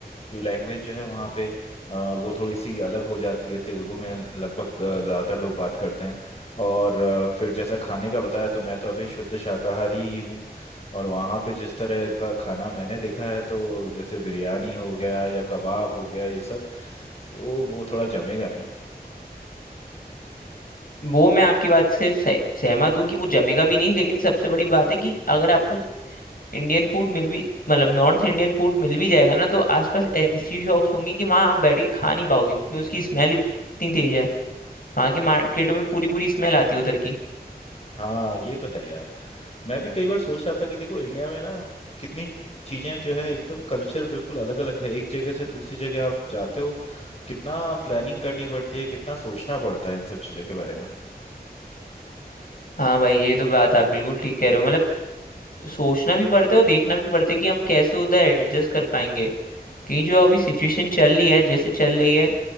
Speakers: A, on the left; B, on the left.
A: कि लैंग्वेज जो है वहाँ पे अ, वो थोड़ी सी अलग हो जाती है तेलुगु में लगभग अ, ज़्यादातर लोग बात करते हैं और अ, फिर जैसा खाने का बताया तो मैं तो अभी शुद्ध शाकाहारी ही हूँ और वहाँ पे जिस तरह का खाना मैंने देखा है तो जैसे बिरयानी हो गया या कबाब हो गया ये सब तो वो थोड़ा जमेगा नहीं
B: वो मैं आपकी बात से सह, सहमत हूँ कि वो जमेगा भी नहीं लेकिन सबसे बड़ी बात है कि अगर आपको इंडियन फूड मिल भी मतलब नॉर्थ इंडियन फूड मिल भी जाएगा ना तो आसपास ऐसी शॉप्स होंगी कि वहाँ आप बैठ के खा नहीं पाओगे क्योंकि उसकी स्मेल इतनी तेज है वहाँ के मार्केटों में पूरी पूरी स्मेल आती है उधर की
A: हाँ ये तो है यार मैं भी कई बार सोच रहा था कि देखो इंडिया में ना कितनी चीजें जो है एकदम कल्चर बिल्कुल अलग अलग है एक जगह से दूसरी जगह आप जाते हो कितना प्लानिंग करनी पड़ती है कितना सोचना पड़ता है इन सब चीजों के बारे में
B: हाँ भाई ये तो बात आप बिल्कुल ठीक कह रहे हो मतलब सोचना भी पड़ता है और देखना भी पड़ता है कि हम कैसे उधर एडजस्ट कर पाएंगे क्योंकि जो अभी सिचुएशन चल रही है जैसे चल रही है